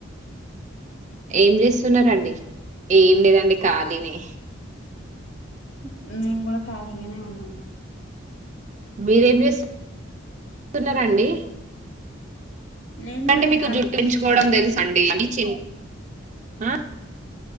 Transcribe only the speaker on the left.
ఉ నేను కూడా ఖాళీగానే ఉన్నాను
నేను కూడా
ఖాళీగానే
ఉన్నాను